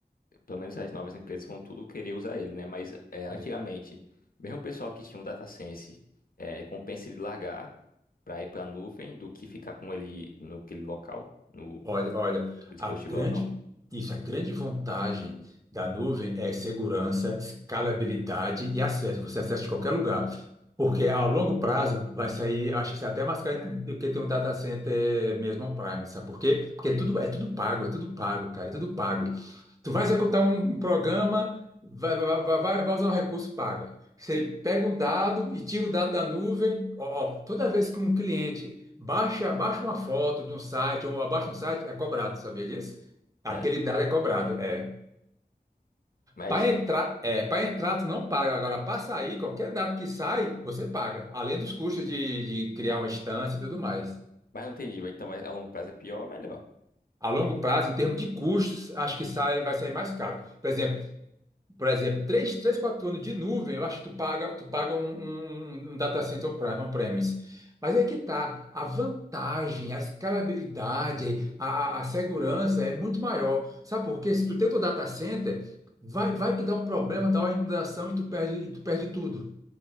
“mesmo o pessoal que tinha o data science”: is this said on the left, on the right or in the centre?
Left